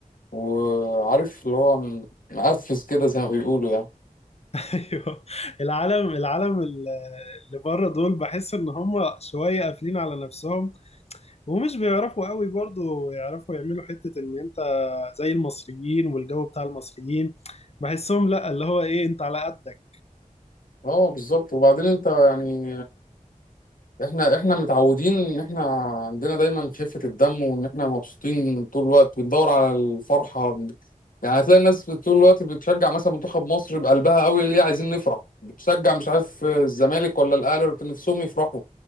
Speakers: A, on the left; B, on the left.
A: وعارف اللي هو م- مقفز كده زي ما بيقولوا يعني
B: <laughs> أيوه العالم العالم ال- اللي بره دول بحس إن هم شوية قافلين على نفسهم ومش بيعرفوا قوي برضو يعرفوا يعملوا حتة ان انت زي المصريين والجو بتاع المصريين بحسهم لا اللي هو ايه انت على قدك
A: اه بالظبط وبعدين انت يعني احنا احنا متعودين ان احنا عندنا دايما خفة الدم وان احنا مبسوطين طول الوقت بندور على الفرحة يعني هتلاقي الناس طول الوقت بتشجع مثلا منتخب مصر بقلبها قوي ليه عايزين نفرح بتشجع مش عارف الزمالك ولا الاهلي ولا نفسهم يفرحوا